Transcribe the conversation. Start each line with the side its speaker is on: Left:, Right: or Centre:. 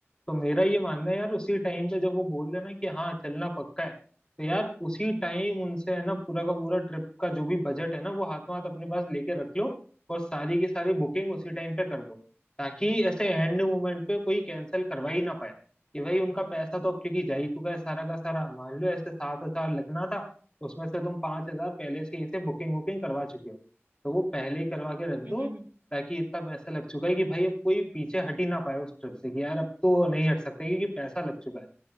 Left: तो मेरा ये मानना है यार उसी टाइम पे जब वो बोल रहे हैं ना कि हाँ चलना पक्का है तो यार उसी टाइम उनसे है ना पूरा का पूरा ट्रिप का जो भी बजट है ना वो हाथों हाथ अपने पास लेके रख लो और सारी की सारी बुकिंग उसी टाइम पे कर दो ताकि ऐसे एंड मोमेंट पे कोई कैंसिल करवा ही ना पाए कि भाई उनका पैसा तो अब क्योंकि जा ही चुका है सारा का सारा मान लो ऐसे सात हजार लगना था उसमें से तुम पांच हजार पहले से इसे बुकिंग वुकिंग करवा चुके हो तो वो पहले ही करवा के रख
Right: हम्म
Left: दो
Right: हम्म, हम्म।
Left: ताकि इतना पैसा लग चुका है कि भाई अब कोई पीछे हट ही ना पाए उस ट्रिप से कि यार अब तो नहीं हट सकते क्योंकि पैसा लग चुका है